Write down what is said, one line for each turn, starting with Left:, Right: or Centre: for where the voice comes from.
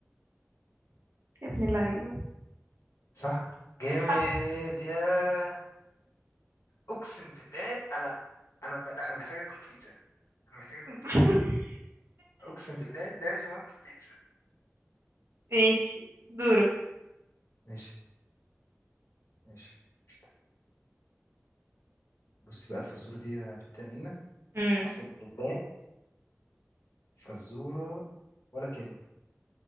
Right: يا ابن اللعيبة
Left: صح جامد
Right: صح
Left: يا اقسم بالله انا انا م- لا انا محتاج اكل بيتزا انا محتاج اكل
Right: <laughs>
Left: بيتزا اقسم بالله لازم اكل بيتزا
Right: ماشي دورك
Left: ماشي ماشي قشطة. بصي بقى الفزوره دي يا بت منا
Right: امم
Left: اقسم بالله فزورة ولا كلمة